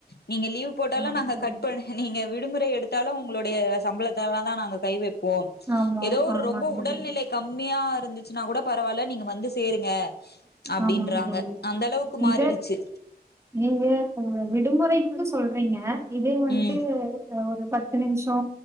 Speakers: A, on the left; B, on the right.
A: நீங்க லீவ் போட்டாலு
B: ஆமாங்
A: நாங்க
B: தோழி
A: கட் பண் நீங்க விடுமுறை எடுத்தாலு உங்களுடைய சம்பளத்துலதா நாங்க கை வைப்போ
B: ஆமா
A: ஏதோ ஒரு
B: ஆமாங்
A: ரொம்ப
B: தோழி
A: உடல்நிலை கம்மியா இருந்துச்சுன்னா கூட பரவால்ல நீங்க வந்து சேருங்க அப்டின்றாங்க
B: ஆமாங் தோழி
A: அந்த அளவுக்கு மாறிடுச்சு
B: இத நீங்க விடுமுறைக்கு சொல்றீங்க இதே வன்ட்டு
A: ம்
B: ஒரு பத் பத்து நிம்ஷோ